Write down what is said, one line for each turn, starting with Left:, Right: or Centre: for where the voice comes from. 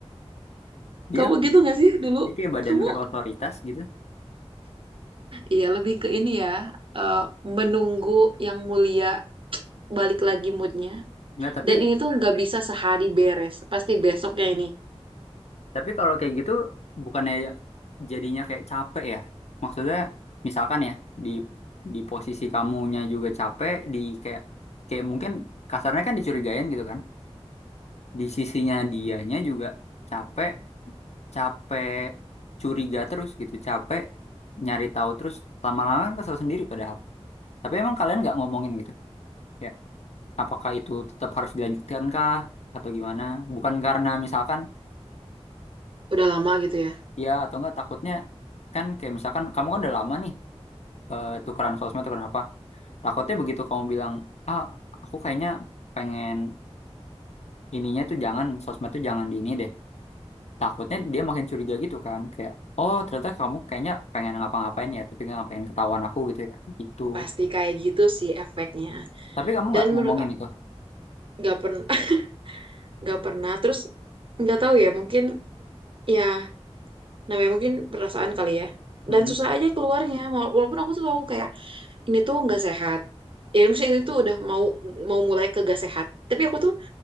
Left: Dia,
Right: kamu gitu gak sih dulu
Left: dia kayak badan
Right: kamu
Left: berotoritas gitu.
Right: iya lebih ke ini ya eh, menunggu yang mulia balik lagi moodnya
Left: Enggak, tapi
Right: dan ini tuh nggak bisa sehari beres pasti besoknya ini
Left: tapi kalau kayak gitu bukannya jadinya kayak capek ya? Maksudnya misalkan ya di di posisi kamunya juga capek di kayak kayak mungkin kasarnya kan dicurigain gitu kan? di sisinya dianya juga capek capek curiga terus gitu capek nyari tahu terus lama-lama kan kesel sendiri padahal tapi emang kalian nggak ngomongin gitu ya apakah itu tetap harus dilanjutkan kah atau gimana bukan karena misalkan
Right: udah lama gitu ya
Left: ya atau enggak takutnya kan kayak misalkan kamu kan udah lama nih eh, tukeran sosmed tukeran apa takutnya begitu kamu bilang ah aku kayaknya pengen ininya tuh jangan sosmed tuh jangan di ini deh takutnya dia makin curiga gitu kan kayak oh ternyata kamu kayaknya pengen ngapa-ngapain ya tapi nggak pengen ketahuan aku gitu ya gitu
Right: pasti kayak gitu sih efeknya
Left: tapi kamu
Right: dan
Left: nggak ngomongin
Right: menurut aku
Left: itu
Right: nggak pernah <laughs> nggak pernah terus nggak tahu ya mungkin ya namanya mungkin perasaan kali ya dan
Left: Mm-mm.
Right: susah aja keluarnya Wala- walaupun aku tuh tahu kayak ini tuh nggak sehat ya maksudnya ini tuh udah mau mau mulai ke gak sehat tapi aku tuh